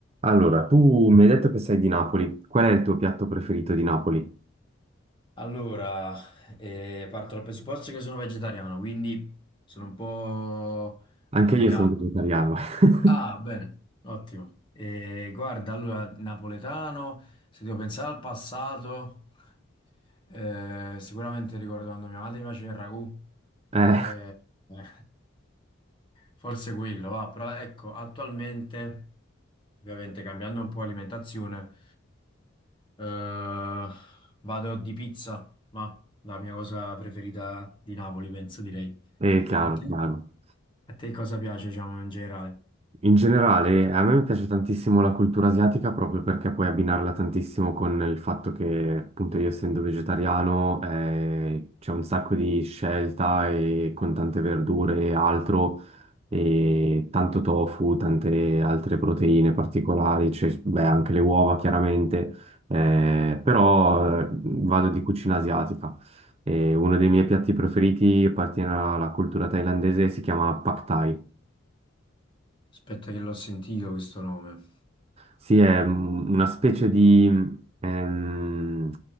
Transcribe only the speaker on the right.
Allora, tu mi hai detto che sei di Napoli. Qual è il tuo piatto preferito di Napoli?
Anche
io sono vegetariano. <laughs>
Eh,
è chiaro,
chiaro.
In generale, a me piace tantissimo la cultura asiatica proprio perché puoi abbinarla tantissimo con il fatto che, appunto, io essendo vegetariano, eh, c'è un sacco di scelta e con tante verdure e altro. e tanto tofu, tante altre proteine particolari, c'è- beh, anche le uova chiaramente, eh, però eh, vado di cucina asiatica. E uno dei miei piatti preferiti appartiene alla cultura thailandese, e si chiama Pad Thai.
Sì, è un- una specie di ehm,